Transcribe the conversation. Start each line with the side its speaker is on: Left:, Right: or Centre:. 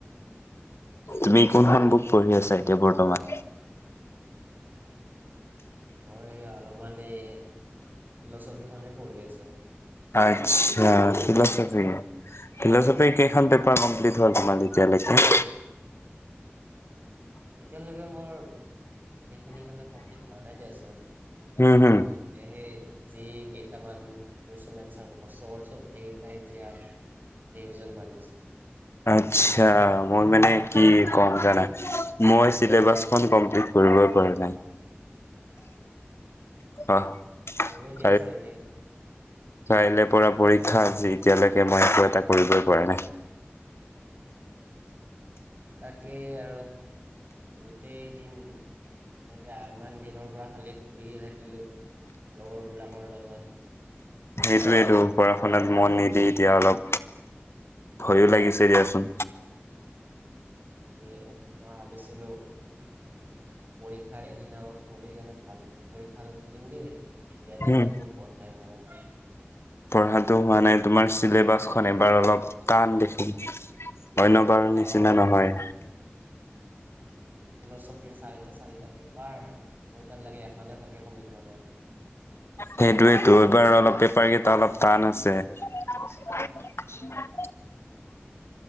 Left: তুমি কোনখন বুক পঢ়ি আছা এতিয়া বৰ্তমান?
Right: মই অলপমান এই ফিলচফি খনে পঢ়ি আছো।
Left: আচ্ছা ফিলচফি। ফিল'চফিৰ কেইখন পেপাৰ কমপ্লিট হ'ল তোমাৰ এতিয়ালৈকে?
Right: এতিয়ালৈকে মোৰ গোটেইখিনি এটিয়ালৈ কমপ্লিট হোৱা নাই দিয়াচোন।
Left: হুম, হুম।
Right: এ যি কেইটামান কুৱেশন এনচাৰ মূখস্ত কৰিছোঁ। সেইকেইটাই এতিয়া ৰিভিজন মাৰি আছোঁ।
Left: আচ্চা, মই মানে কি কম জানা মই চিলেবাচখন কপ্ম্লীত কৰিবই পৰা নাই। অ', <unintelligible>
Right: মোৰো সেই চেমে
Left: কাইলে পৰা পৰীক্ষা আজি এতিয়ালৈকে মই একো এটা কৰিবই পৰা নাই।
Right: তাকেই আৰু গোটেইদিন। তাকে আইমান দিনৰ পৰা খালি ঘূৰিয়ে থাকিলোঁ লগৰবিলাকৰ লগত।
Left: সেইটোৱেইেতটো পঢ়া শুনাত মন নিদি এতিয়া অলপ ভয়ো লাগিছে দিয়াচোন।
Right: তাকে মই ভাবিছিলোঁ। পৰীক্ষাৰ এদিন আগত পঢ়ি কেনে ভাল পৰীক্ষা টো দিমগে। এতিয়া
Left: হুম,
Right: দেখো মোৰ পঢ়াই হোৱা নাই।
Left: পঢ়াটো হোৱা নাই তোমাৰ চিলেবাছখন এবাৰ অলপ টান দেখি। অন্য বাৰৰ নিচিনা
Right: অ',
Left: নহয়।
Right: ফিলচফিৰ চাৰিটা চাৰিটা পেপাৰ মই তাৰলৈকে এখনে ভালকে কমপ্লিট হোৱা নাই।
Left: সেইটোয়েতো এইবাৰ অলপ পেপাৰ কেইটা অলপ টান আছে। অ। উ।